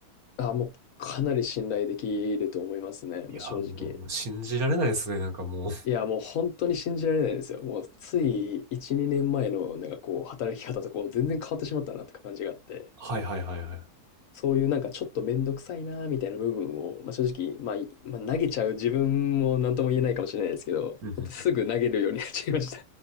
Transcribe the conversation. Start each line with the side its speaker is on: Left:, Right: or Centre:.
Left: あ、もうかなり信頼できると思いますね、
Right: いやー、
Left: もう正直。
Right: もう、信じられないですね、なんかもう。
Left: いや、もう本当に信じられないですよ。もうつい1、2年前のなんかこう、働き方とこう、全然変わってしまったなって感じがあって、
Right: <laughs> はい、はい、はい、はい。
Left: そういうなんかちょっとめんどくさいなみたいな部分を、まあ、正直、まあ、いまあ、投げちゃう自分も何とも言えないかもしれないですけど、
Right: うんうん
Left: ほんとすぐ投げるようになっちゃいました